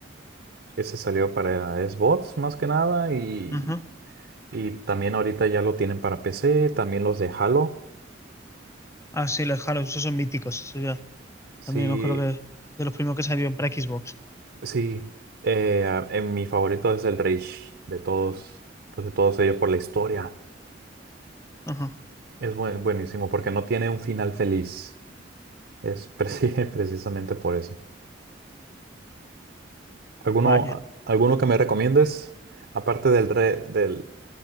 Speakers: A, on the right (about 65°); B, on the left (about 15°).
A: Ese salió para Xbox más que nada y
B: Ajá.
A: Y también ahorita ya lo tienen para PC, también los de Halo.
B: Ah, sí, los Halo, esos son míticos. Eso ya.
A: Sí,
B: También me acuerdo que de los primeros que salieron para Xbox.
A: sí. Eh, ah, en mi favorito es el Reach de todos, pues de todos ellos por la historia.
B: Ajá,
A: Es buen- buenísimo porque no tiene un final feliz. Es preci- <laughs> precisamente por eso. ¿Alguno,
B: vaya.
A: a- alguno que me recomiendes? Aparte del re, del,